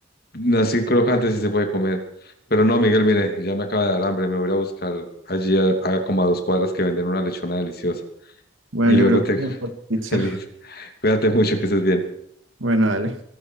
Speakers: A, on the left (about 50°); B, on the right (about 75°).
A: No, sí, crocante sí se puede comer. Pero no, Miguel, mire, ya me acaba de dar hambre. Me voy a ir a buscar allí a, a como a dos cuadras que venden una lechona deliciosa.
B: Bueno,
A: Y
B: yo
A: luego
B: creo
A: te...
B: que
A: <laughs>
B: mejor pizza.
A: Feliz. Cuídate mucho, que estés bien.
B: Bueno, dale.